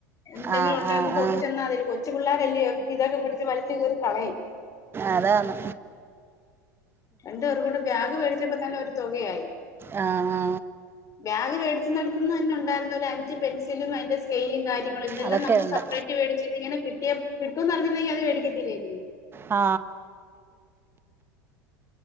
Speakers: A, on the left; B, on the right.
A: എന്തെങ്കിലും
B: ആ
A: ഉണ്ടെ
B: ആ
A: നമുക്ക് കൊണ്ട്
B: ആ
A: ചെന്നാ മതിയല്ലൊ കൊച്ചു പിള്ളാരല്ലിയോ ഇതൊക്കെ പിടിച്ച് വലിച്ചു കീറി കളയും
B: അതാന്ന്
A: രണ്ട് പേർകൂടെ ബ്യാഗ് വേടിച്ചപ്പ തന്നെ ഒരു തൊകയായി
B: ആ ആ
A: ബ്യാഗ് വേടിച്ചുന്നടുത് അന്ന് തന്നെ ഒണ്ടായിരുന്നു ഒരഞ്ച് പെൻസിലും അയിന്റെ സ്കെയിലും കാര്യങ്ങളും ഇതെല്ലാം
B: അതൊക്കെ
A: നമ്മൾ
B: ഉണ്ട്
A: സെപ്പറേറ്റ് വേടിച്ച് ഇതിങ്ങനെ കിട്ടിയ കിട്ടുന്നറിഞ്ഞിരുന്നെങ്കി അത് വേടിക്കത്തില്ലായിരുന്നു
B: ആ